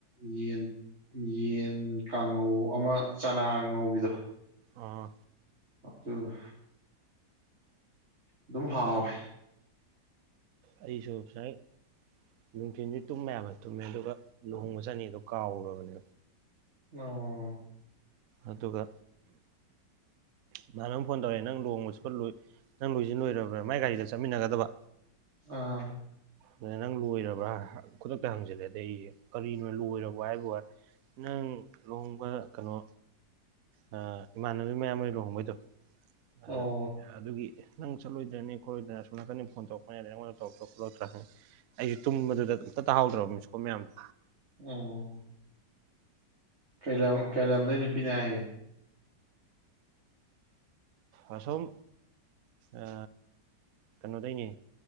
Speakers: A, on the right; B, on the right.
A: ꯌꯦꯟ ꯌꯦꯟ ꯀꯥꯡꯉꯧ ꯑꯃ ꯆꯅꯥꯒ ꯉꯧꯕꯤꯗꯣ
B: ꯑꯥ
A: ꯑꯣꯛꯇꯨꯒ ꯑꯗꯨꯝ ꯍꯥꯎꯋꯦ
B: ꯑꯩꯁꯨ ꯎꯞꯁꯥꯏ ꯅꯨꯡꯊꯤꯟꯖꯤ ꯇꯨꯝꯕ ꯌꯥꯕ ꯇꯨꯝꯃꯦ ꯑꯗꯨꯒ ꯂꯨꯍꯣꯡꯕ ꯆꯠꯅꯤꯗꯣ ꯀꯥꯎꯔꯨꯔꯕꯅꯦ
A: ꯑꯣ
B: ꯑꯗꯨꯒ ꯏꯃꯥꯟꯅꯕꯅ ꯐꯣꯟ ꯇꯧꯔꯛꯑꯦ ꯅꯪ ꯂꯨꯍꯣꯡꯕ ꯆꯠꯄ ꯂꯣꯏ ꯅꯪ ꯂꯣꯏꯖꯤꯟ ꯂꯣꯏꯔꯕ꯭ꯔꯥ ꯃꯥꯏ ꯒꯥꯔꯤꯗ ꯆꯠꯃꯤꯟꯅꯒꯗꯕ
A: ꯑꯥ
B: ꯑꯗꯨꯗ ꯅꯪ ꯂꯣꯏꯔꯕ꯭ꯔꯥ ꯈꯨꯗꯛꯇ ꯍꯪꯖꯜꯂꯦ ꯑꯗꯩ ꯑꯩꯖꯦ ꯀꯔꯤꯅꯣ ꯂꯣꯏꯔꯕꯣ ꯍꯥꯏꯕꯣ ꯅꯪ ꯂꯨꯍꯣꯡꯕ ꯀꯅꯣ ꯑ ꯏꯃꯥꯟꯅꯕꯩ ꯃꯌꯥꯝꯕ ꯂꯨꯍꯣꯡꯕꯩꯗꯣ ꯑꯗ
A: ꯑꯣ
B: ꯑꯗꯨꯒꯤ ꯅꯪ ꯆꯠꯂꯣꯏꯗ꯭ꯔꯅꯦ ꯈꯣꯠꯂꯣꯏꯗ꯭ꯔ ꯑꯁꯣꯟ ꯅꯥꯀꯟꯗꯩ ꯐꯣꯟ ꯇꯧꯔꯛꯄꯅꯦ ꯑꯗꯩ ꯑꯩꯉꯣꯟꯗ ꯇꯧꯔꯛ ꯇꯧꯔꯛꯄ꯭ꯔ ꯈꯣꯠꯇ꯭ꯔ ꯍꯪꯉꯦ ꯑꯩꯖꯨ ꯇꯨꯝꯕꯗꯨꯗ ꯑꯝꯇ ꯇꯥꯍꯥꯎꯗ꯭ꯔꯕ ꯃꯤꯁꯀꯣꯟ ꯃꯌꯥꯝꯗꯣ
A: ꯑꯣ ꯀꯩ ꯂꯝ ꯀꯩꯂꯝꯗꯩ ꯅꯨꯄꯤꯅꯦ ꯍꯥꯏꯒꯦ
B: ꯑꯁꯣꯝ ꯑ ꯀꯅꯣꯗꯩꯅꯤ